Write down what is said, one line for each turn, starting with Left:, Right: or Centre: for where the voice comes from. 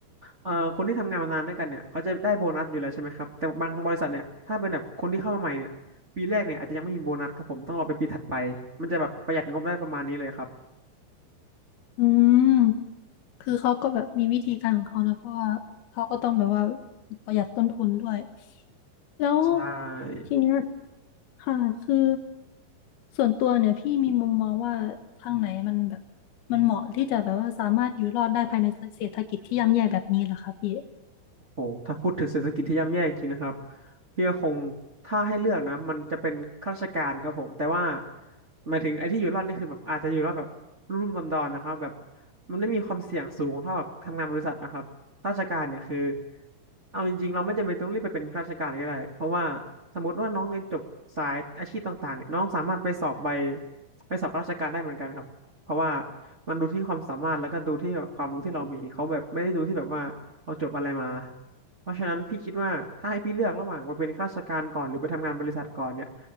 Right: เอ่อคนที่ทำงานมานานด้วยกันเนี่ยเขาจะได้โบนัสอยู่แล้วใช่ไหมครับแต่บางบริษัทเนี่ยถ้าเป็นแบบคนที่เข้ามาใหม่เนี่ยปีแรกเนี่ยอาจจะยังไม่มีโบนัสครับผมต้องรอไปปีถัดไปมันจะแบบประหยัดงบได้ประมาณนี้เลยครับ
Left: อืมคือเขาก็แบบมีวิธีการของเขานะเพราะว่าเขาก็ต้องแบบว่าประหยัดต้นทุนด้วยแล้ว
Right: ใช่
Left: ทีเนี้ยค่ะคือส่วนตัวเนี่ยพี่มีมุมมองว่าทางไหนมันแบบมันเหมาะที่จะแบบว่าสามารถอยู่รอดได้ภายในเศรษฐกิจที่ย่ำแย่แบบนี้เหรอคะพี่
Right: โหถ้าพูดถึงเศรษฐกิจที่ย่ำแย่จริงนะครับพี่ก็คงถ้าให้เลือกนะ มันจะเป็นข้าราชการครับผม แต่ว่าหมายถึงไอ้ที่อยู่รอดนี่คือแบบอาจจะอยู่รอดแบบรุ่มๆดอนๆนะครับ แบบมันไม่มีความเสี่ยงสูงเท่าแบบทำงานบริษัทนะครับข้าราชการเนี่ยคือ เอาจริงๆเราไม่จำเป็นต้องรีบไปเป็นข้าราชการก็ได้เพราะว่าสมมติว่าน้องเรียนจบสายอาชีพต่างๆเนี่ยน้องสามารถไปสอบใบไปสอบราชการได้เหมือนกันครับเพราะว่ามันดูที่ความสามารถแล้วก็ดูที่แบบความรู้ที่เรามีเขาแบบไม่ได้ดูที่แบบว่าเราจบอะไรมา เพราะฉะนั้นพี่คิดว่าถ้าให้พี่เลือกระหว่างมาเป็นข้าราชการก่อนหรือไปทำงานบริษัทก่อนเนี่ย